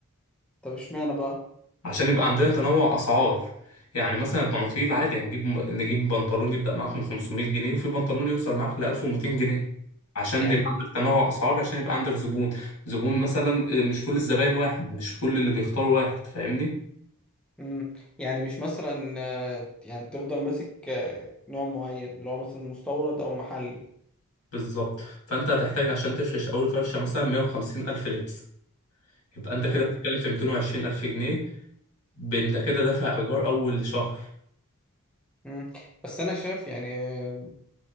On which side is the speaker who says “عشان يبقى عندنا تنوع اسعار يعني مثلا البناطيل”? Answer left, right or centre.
Left